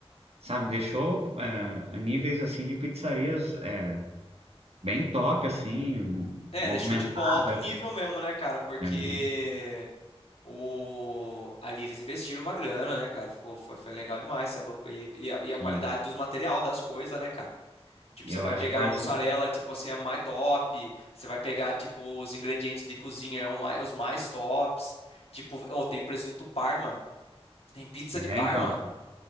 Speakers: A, on the right (about 75°); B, on the left (about 70°).
A: sabe? Deixou é, níveis assim de pizzarias é, bem top, assim,
B: É,
A: movimentada.
B: deixou tipo um alto nível mesmo, né, cara? Porque
A: né?
B: o ali eles investiram uma grana, né, cara? Ficou foi, foi legal demais, você é louco. E, e a, e a qualidade
A: E,
B: dos material das coisas, né, cara? Tipo,
A: e
B: você
A: eu
B: vai
A: acho
B: pegar
A: que vai
B: a mussarela,
A: ser.
B: tipo assim, é mais top. Você vai pegar, tipo, os ingredientes de cozinha, é o mais, os mais tops. Tipo, ou tem presunto Parma, tem pizza
A: É,
B: de Parma.
A: então,